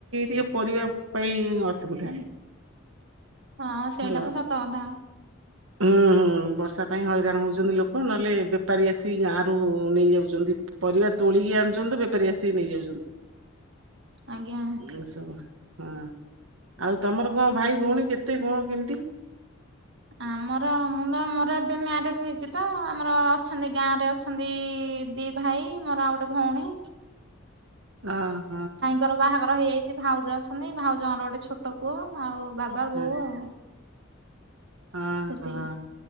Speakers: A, on the right (about 85°); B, on the right (about 60°).
A: ଟିକେ ପରିବା ପାଇଁ ଅସୁବିଧା।
B: ହଁ ସେଇଡ଼ା
A: ହ୍ୟାଲୋ
B: ତ ସତକଥା।
A: ହୁଁ ବର୍ଷା ପାଇଁ ହଇରାଣ ହୋଉଛନ୍ତି ଲୋକୋ ନହେଲେ ବେପାରୀ ଆସିକି ଗାଁରୁ ନେଇଯାଉଚନ୍ତି ପରିବା ତୋ ଳିକି ଆଣୁଚନ୍ତି ବେପାରୀ ଆସିକି ନେଇ ଯାଉଚନ୍ତି
B: ଆଜ୍ଞା।
A: ଏ ସବୁ। ହଁ ଆଉ ତମର କଁ ଭାଇ ଭଉଣୀ କେତେ କଁ କେମିତି?
B: ଆମର ମୁଁ ତ ଆମର ଏବେ ମ୍ୟାରେଜ ହେଇଛି ତ ଆମର ଅଛନ୍ତି ଗାଁ ରେ ଅଛନ୍ତି ଦି ଭାଇ ମୋର ଆଉ ଗୋଟେ ଭଉଣୀ।
A: ଅଁ।
B: ଭାଇଙ୍କର ବାହାଘର ହେଇଯାଇଚି ଭାଉଜ ଅଛନ୍ତି ଭାଉଜଙ୍କର ଗୋଟେ ଛୋଟୋ ପୁଅ ଆଉ ବାବା
A: ହଁ
B: ବୋଉ ଆଉ।
A: ହଁ
B: ସେତିକି
A: ହଁ।